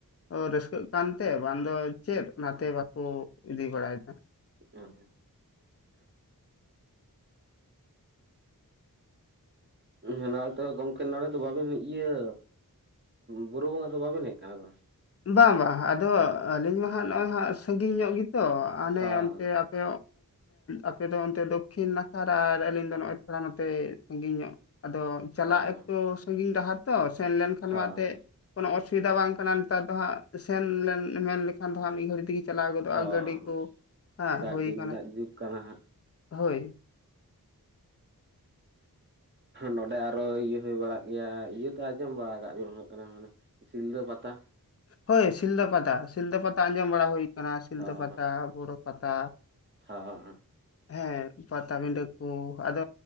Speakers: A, on the left (about 40°); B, on the right (about 30°).
A: ᱚ ᱨᱟᱹᱥᱠᱟᱹᱜ ᱠᱟᱱᱛᱮ ᱵᱟᱝᱫᱚ ᱪᱮᱫ ᱚᱱᱟᱛᱮ ᱵᱟᱠᱚ ᱤᱫᱤ ᱵᱟᱲᱟᱭᱮᱫᱟ᱾
B: ᱚ᱾ ᱚᱱᱟ ᱦᱚ ᱛᱚ ᱜᱚᱢᱠᱮ ᱛᱚ ᱱᱚᱰᱮ ᱫᱚ ᱵᱟᱵᱤᱱ ᱤᱭᱟᱹ ᱵᱩᱨᱩ ᱵᱚᱸᱜᱟ ᱫᱚ ᱵᱟᱹᱵᱮᱱ ᱦᱮᱡ ᱟᱠᱟᱱᱟ ᱟᱫᱚ᱾
A: ᱵᱟᱝ ᱵᱟᱝ, ᱟᱫᱚ ᱟᱹᱞᱤᱧ ᱢᱟ ᱦᱟᱸᱜ ᱱᱚᱜᱼᱚᱭ ᱦᱟᱜ ᱥᱟᱺᱜᱤᱧ ᱧᱚᱜ ᱜᱮᱛᱚ ᱦᱚᱱᱮ
B: ᱛᱚ ᱦᱚᱸ
A: ᱚᱱᱛᱮ ᱟᱯᱮ ᱟᱯᱮ ᱫᱚ ᱚᱱᱛᱮ ᱫᱚ ᱠᱷᱤᱱ ᱱᱟᱠᱷᱟᱨ ᱟᱨ ᱟᱹᱞᱤᱧ ᱫᱚ ᱱᱚᱜᱼᱚᱭ ᱛᱷᱚᱲᱟ ᱱᱚᱛᱮ ᱥᱟᱺᱜᱤᱧ ᱧᱚᱜ᱾ ᱟᱫᱚ ᱪᱟᱞᱟᱜ
B: ᱦᱚᱸ
A: ᱟᱠᱚ ᱥᱟᱺᱜᱤᱧ ᱰᱟᱦᱟᱨ ᱛᱚ, ᱥᱮᱱ ᱞᱮᱱ ᱠᱷᱟᱱ
B: ᱦᱚᱸ
A: ᱢᱟ ᱮᱛᱮᱫ ᱠᱚᱱᱚ ᱚᱥᱩᱵᱤᱫᱟ ᱵᱟᱝ ᱠᱟᱱᱟ ᱱᱮᱛᱟᱨ ᱦᱟᱸᱜ ᱥᱮᱱ ᱞᱮᱱ ᱢᱮᱱ ᱞᱮᱠᱷᱟᱱ ᱫᱚ ᱦᱟᱸᱜ ᱢᱤᱫ ᱜᱷᱟᱹᱲᱤ ᱛᱮᱜᱮ ᱪᱟᱞᱟᱣ ᱜᱚᱫᱚᱜᱼᱟ
B: ᱦᱚᱸ
A: ᱜᱟᱹᱰᱤ ᱠᱚ ᱦᱟᱸ
B: ᱜᱟᱹᱰᱤ
A: ᱦᱩᱭ ᱟᱠᱟᱱᱟ,
B: ᱨᱮᱱᱟᱜ ᱡᱩᱜᱽ ᱠᱟᱱᱟ
A: ᱦᱚᱭ᱾
B: ᱱᱚᱸᱰᱮ ᱟᱨᱚ ᱤᱭᱟᱹ ᱦᱩᱭ ᱵᱟᱲᱟᱜ ᱜᱮᱭᱟ ᱤᱭᱟᱹ ᱛᱚ ᱟᱸᱡᱚᱢ ᱵᱟᱲᱟ ᱠᱟᱫ ᱜᱮ ᱦᱩᱭᱩᱜ ᱠᱟᱱᱟ ᱢᱟᱱᱮ ᱥᱤᱞᱫᱟᱹ ᱯᱟᱛᱟ᱾
A: ᱦᱚᱭ ᱥᱤᱞᱫᱟᱹ ᱯᱟᱛᱟ᱾ ᱥᱤᱞᱫᱹ ᱯᱟᱛᱟ ᱛᱟ ᱟᱸᱡᱚᱢ ᱵᱟᱲᱟ ᱦᱩᱭ ᱟᱠᱟᱱᱟ, ᱥᱤᱞᱫᱟᱹ
B: ᱦᱚᱸ
A: ᱯᱟᱛᱟ ᱵᱩᱨᱩ ᱯᱟᱛᱟ᱾
B: ᱦᱚᱸ
A: ᱦᱮᱸ ᱯᱟᱴᱟ ᱵᱤᱸᱰᱟᱹ ᱠᱚ, ᱟᱫᱚ